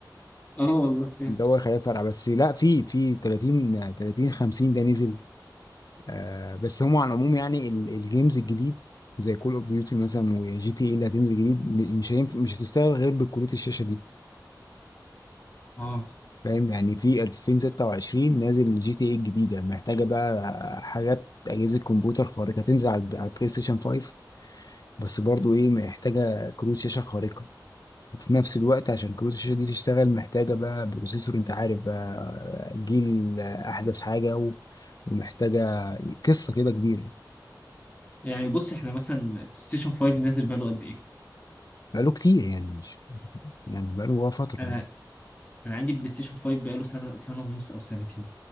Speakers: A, on the left (about 20°); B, on the left (about 55°).
A: اه والله فعلا
B: الجو خليها فرع بس لا في في 30 30 50 ده نزل آه بس هم على العموم يعني ال- الجيمز الجديد زي كول اوف ديوتي مثلا وجي تي اي اللي هتنزل جديد م- مش هينفع مش هتشتغل غير بالكروت الشاشه دي
A: اه
B: فاهم يعني في 2026 نازل جي تي اي الجديده محتاجه بقى حاجات اجهزه كمبيوتر خارقه هتنزل على على البلاي ستيشن 5 بس برضو ايه محتاجه كروت شاشه خارقه وفي نفس الوقت عشان كروت الشاشه دي تشتغل محتاجه بقى بروسيسور انت عارف بقى جيل احدث حاجه و- ومحتاجه قصه كده كبيره
A: يعني بص احنا مثلا بلاي ستيشن 5 نازل بقاله قد ايه؟
B: بقاله كتير يعني مش يعني بقاله بقى فتره
A: انا انا عندي بلاي ستيشن 5 بقاله سنة سنة ونص او سنتين